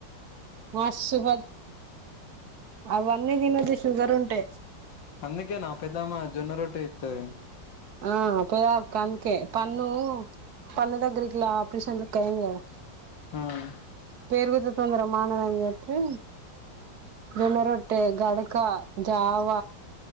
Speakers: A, on the right (about 60°); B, on the left (about 80°).
A: మస్సు బ అవన్నీ తినోద్దు షుగర్ ఉంటే
B: అందుకేనా పెద్దమ్మా జొన్నరోట్టె చెత్తది
A: ఆ పెద్బాపుకు అందుకే ప ఇన్ను పన్ను దగ్గరా ఇట్ల అప్రేషన్ లెక్క అయ్యింది కదా
B: హ్మ్
A: పెరుగుతే తొందర మానదని చెప్పి జొన్నరొట్టె, గడకా, జావ